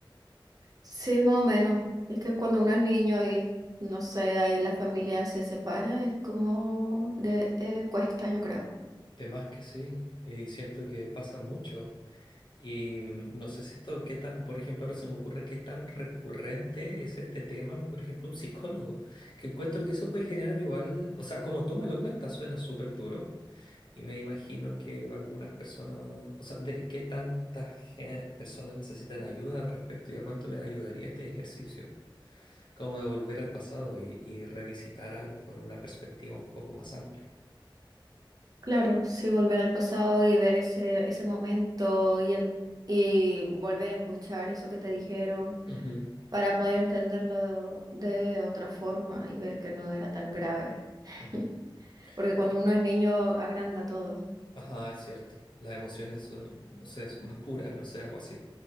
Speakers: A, on the right; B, on the left.
A: Sí, más o menos. Es que cuando uno es niño y no sé, ahí la familia se separa, es como de eh, cuesta, yo creo.
B: de más que sí, y siento que pasa mucho. Y mm, no sé si esto, qué tan, por ejemplo, ahora se me ocurre qué tan recurrente es este tema, por ejemplo, un psicólogo, que encuentro que eso puede generar igual, o sea, como tú me lo cuentas, suena súper duro, y me imagino que algunas personas, o sea, de qué tantas gen- personas necesitan ayuda al respecto y a cuánto les ayudaría este ejercicio, como de volver al pasado y, y revisitar algo con una perspectiva un poco más amplia.
A: Claro, sí, volver al pasado y ver ese, ese momento y, en- y volver a escuchar eso que te dijeron
B: Ujú,
A: para poder entenderlo de otra forma y ver que no era tan grave. <laughs>
B: ujú.
A: Porque cuando
B: Ay,
A: uno es niño agranda todo.
B: Ajá, es cierto. Las emociones son, no sé, son más puras, no sé, algo así.